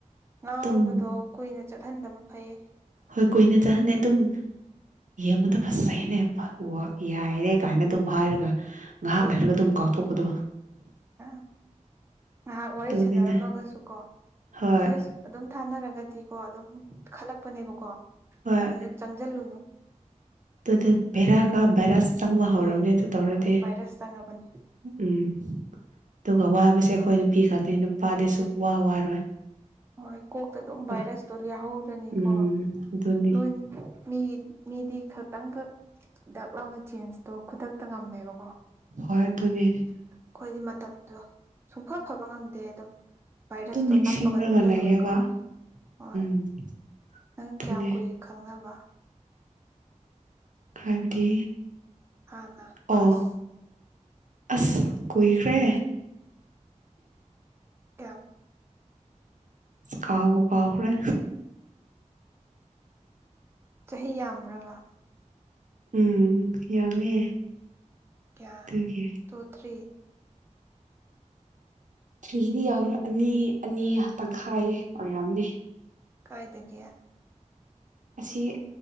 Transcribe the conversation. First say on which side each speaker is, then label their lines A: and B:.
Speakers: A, on the right (about 20°); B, on the right (about 75°).
A: ꯉꯥꯎꯕꯗꯣ
B: ꯑꯗꯨꯝ
A: ꯀꯨꯏꯅ ꯆꯠꯍꯟꯗꯕ ꯐꯩ
B: ꯍꯣꯏ ꯀꯨꯏꯅ ꯆꯠꯍꯟꯗꯦ ꯑꯗꯨꯝ ꯌꯦꯡꯕꯗ ꯐꯖꯩꯅꯦ <unintelligible> ꯌꯥꯏꯅꯦ ꯀꯥꯏꯅ ꯑꯗꯨꯝ ꯍꯥꯏꯔꯒ ꯉꯥꯏꯍꯥꯛ ꯂꯩꯔꯒ ꯑꯗꯨꯝ ꯀꯥꯎꯊꯣꯛꯄꯗꯣ
A: ꯑ ꯉꯥꯏꯍꯥꯛ ꯋꯥꯔꯤ
B: ꯑꯗꯨꯅꯤꯅꯦ
A: ꯁꯥꯟꯅꯔꯝꯃꯒꯁꯨ ꯀꯣ
B: ꯍꯣꯏ
A: ꯃꯦꯁꯦꯁ ꯑꯗꯨꯝ ꯊꯥꯅꯔꯒꯗꯤꯀꯣ ꯑꯗꯨꯝ ꯈꯜꯂꯛꯄꯅꯦꯕꯀꯣ
B: ꯍꯣꯏ
A: ꯑꯗꯨꯗ ꯆꯪꯖꯜꯂꯨꯅꯨ
B: ꯑꯗꯨ ꯚꯦꯔꯥꯒ ꯚꯦꯔꯥꯁ ꯆꯪꯕ ꯍꯧꯔꯕꯅꯦ
A: ꯄꯦ
B: ꯑꯗꯨ ꯇꯧꯔꯗꯤ
A: ꯍꯣꯏ ꯚꯥꯏꯔꯁ ꯆꯪꯉꯕꯅꯤ
B: ꯎꯝ ꯑꯗꯨꯒ ꯋꯥꯕꯁꯦ ꯑꯩꯈꯣꯏ ꯅꯨꯄꯤ ꯈꯛꯇꯅꯤ ꯅꯨꯄꯥꯗꯤ ꯁꯨꯛꯋꯥ ꯋꯥꯔꯣꯏ
A: ꯍꯣꯏ ꯀꯣꯛꯇ ꯑꯗꯨꯝ
B: ꯍꯣꯏ
A: ꯚꯥꯏꯔꯁꯇꯣ ꯌꯥꯍꯧꯔꯅꯤꯀꯣ
B: ꯎꯝ ꯑꯗꯨꯅꯤ
A: ꯅꯣꯏꯅꯤ ꯃꯤ ꯃꯤꯗꯤ ꯈꯇꯪꯈꯛ ꯗꯛ ꯂꯥꯎꯅ ꯆꯦꯟꯖꯇꯣ ꯈꯨꯗꯛꯇ ꯉꯝꯃꯦꯕꯀꯣ
B: ꯍꯣꯏ ꯇꯨꯅꯤ
A: ꯑꯩꯈꯣꯏꯗꯤ ꯃꯇꯝꯗꯣ ꯁꯨꯡꯐ ꯐꯕ ꯉꯝꯗꯦ ꯑꯗꯨꯝ ꯚꯥꯏꯔꯁꯇꯣ
B: ꯑꯗꯨꯝ ꯅꯤꯡꯁꯤꯡꯂꯒ
A: ꯅꯞꯄꯒ ꯑꯗꯨꯝ ꯂꯩꯍꯧꯋꯦꯀꯣ
B: ꯂꯩꯌꯦꯕ
A: ꯍꯣꯏ
B: <unintelligible>
A: ꯅꯪ
B: ꯑꯗꯨꯅꯤ
A: ꯀꯌꯥꯝ ꯀꯨꯏ ꯈꯪꯅꯕ
B: ꯍꯥꯏꯕꯗꯤ
A: ꯍꯥꯟꯅ ꯄꯥꯁ
B: ꯑꯣ ꯑꯁ ꯀꯨꯏꯈ꯭ꯔꯦ
A: ꯀꯌꯥꯝ
B: ꯀꯥꯥꯎꯕꯨ ꯀꯥꯎꯈꯔꯦ
A: ꯆꯍꯤ ꯌꯥꯝꯕ꯭ꯔꯕ
B: ꯎꯝ ꯌꯥꯝꯃꯦ
A: ꯀꯌꯥ
B: ꯑꯗꯨꯒꯤ
A: ꯇꯨ ꯊ꯭ꯔꯤ
B: ꯊ꯭ꯔꯤꯗꯤ ꯌꯥꯎꯔꯣꯏ ꯑꯅꯤ ꯑꯅꯤ ꯇꯪꯈꯥꯏ ꯑꯣꯏꯔꯝꯑꯝꯅꯤ
A: ꯀꯥꯏꯗꯒꯤ
B: ꯑꯁꯤ